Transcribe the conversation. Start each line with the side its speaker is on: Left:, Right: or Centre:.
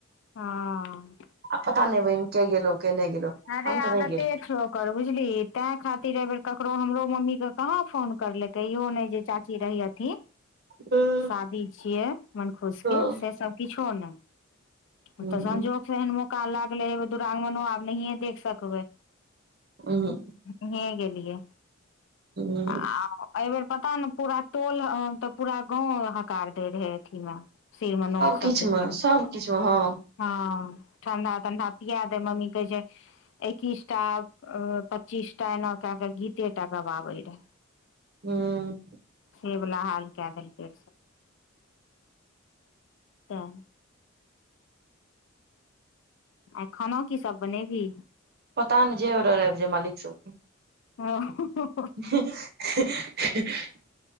Left: हँ
Right: आब पता नहि बहिन के गेलहो के नहि गेलो
Left: अरे
Right: हम
Left: आदते
Right: तऽ नहि गेल
Left: छौ एकर बुझली तें खातिर एहि बेर ककरो हमरो मम्मी क कहाँ फोन करलकै इहो नहि जे चाची रही अथिन
Right: हूँ
Left: शादी छियै मन खुश
Right: हँ
Left: के से सब किछो नहि ओ
Right: हूँ
Left: तऽ संजोगसँ एहन मौका लागलै हे दुिरागमनो आब नहिए देख सकबै
Right: उहुं
Left: नहीये गेलियै
Right: हूं
Left: आ एहिबेर पता नै पूरा टोल अं तऽ पूरा गाँव हकार दै रहै अथीमे सिरमे नोउत
Right: किछ
Left: सब जे
Right: मे
Left: परै
Right: सब किछु हँ
Left: हँ ठण्डा तण्डा पिया दब मम्मी कहै छै एकिसटा अ पच्चीस टा एना क्याक गीते टा गबाबे रहै
Right: हूँ
Left: से वला हाल कय देलकै तऽ आय खाना की सभ बनेवहि
Right: पता नहि जे ऑर्डर आबि जाइ मालिक सबके
Left: हँहह
Right: हं हं हं हं